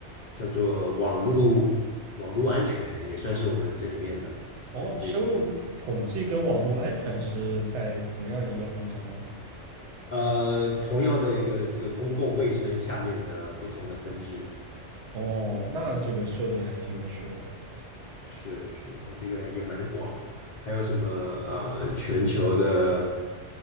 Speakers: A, on the left; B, on the right.
A: 叫做网络网络安全也算是我们这里面的，
B: 哦，
A: 对，一些
B: 生物统计跟网络安全是在同样一个方向吗？
A: 呃同样的一个这个公共卫生下面的不同的分支。
B: 哦，那这个设置还挺有趣的。
A: 是是，它这个也蛮广的。还有什么呃，全球的